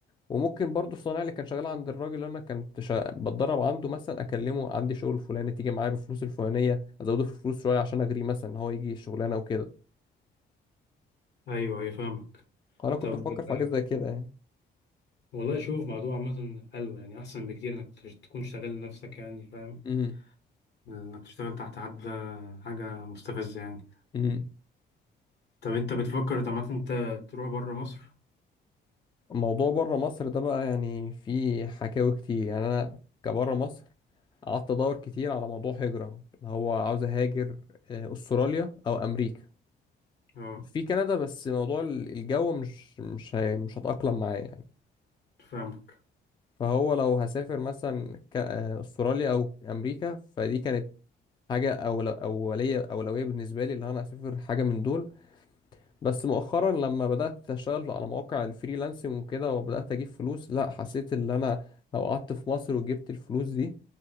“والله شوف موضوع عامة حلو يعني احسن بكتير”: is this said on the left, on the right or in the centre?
Left